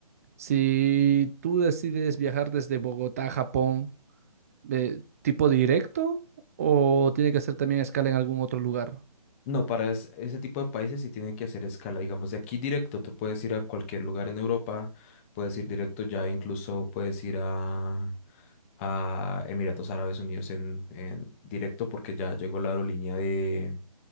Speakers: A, on the right; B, on the left.
A: si tú decides viajar desde Bogotá a Japón, eh, ¿tipo directo o tiene que hacer también escala en algún otro lugar?
B: No, para es- ese tipo de países sí tienen que hacer escala, digamos, de aquí directo, tú puedes ir a cualquier lugar en Europa, puedes ir directo ya, incluso puedes ir a, a Emiratos Árabes Unidos en, en directo porque ya llegó la aerolínea de,